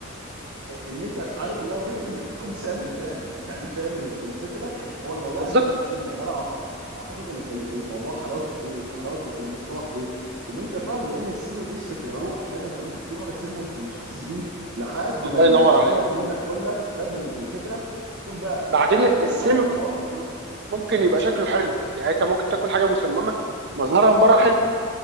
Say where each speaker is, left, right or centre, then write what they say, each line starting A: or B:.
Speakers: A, on the right (about 85°); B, on the right (about 55°).
A: ان انت عارف اللي هو فكره انك تكون سام فعلا <laughs> يعني فاهم ال- الفكره هو الموضوع
B: بالظبط
A: اشبه بالسم يعني انا أعت- اعتقد ال- ال- الموضوع حلاوته في ايه حلاوه المصطلح في ايه في ان انت فعلا لان السم بيشرف العروق احيانا انت ممكن تكون واخد سم وانت مش حاسس بيه لحد
B: الله
A: ما
B: ينور
A: ما يتملك
B: عليك
A: منك كلك فاهم ال- الفكره تكون بقى
B: بعدين
A: لا قادر تتعافى
B: السم
A: خلاص ولو...
B: ممكن
A: م-
B: يبقى شكله حلو يعني انت ممكن تاكل حاجه مسممه مظهرها من بره
A: م-
B: حلو